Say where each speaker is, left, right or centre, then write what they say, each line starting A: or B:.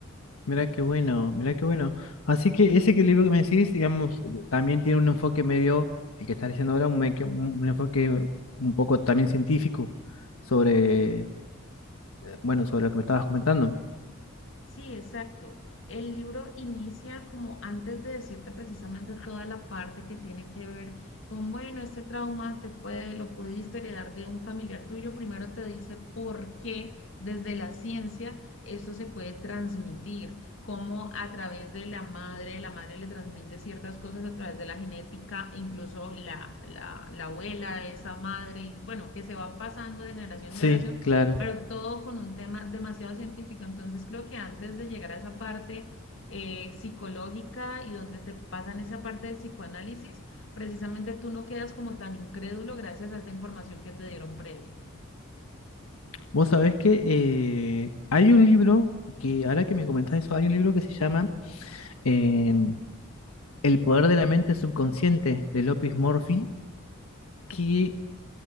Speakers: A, on the left; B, on the left.
A: Mirá qué bueno, mirá qué bueno. Así que ese que libro que me decís, digamos, eh, también tiene un enfoque medio, el que estás diciendo ahora, un, meque- un- un enfoque un poco también científico sobre, eh, bueno, sobre lo que me estabas comentando.
B: Sí, exacto. El libro inicia como antes de decirte precisamente toda la parte que tiene que ver con, bueno, este trauma te puede, lo pudiste heredar de un familiar tuyo. Primero te dice por qué desde la ciencia eso se puede transmitir, cómo a través de la madre, la madre le transmite ciertas cosas a través de la genética, incluso la, la, la abuela, esa madre, y bueno, que se va pasando de generación
A: Sí,
B: en generación
A: claro.
B: pero todo con un tema demasiado científico. Entonces creo que antes de llegar a esa parte eh, psicológica y donde te pasan esa parte del psicoanálisis, precisamente tú no quedas como tan incrédulo gracias a esa información que te dieron previa.
A: Vos sabés que eh, hay un libro que, ahora que me comentás eso, hay un libro que se llama em, El poder de la mente subconsciente de López Murphy, que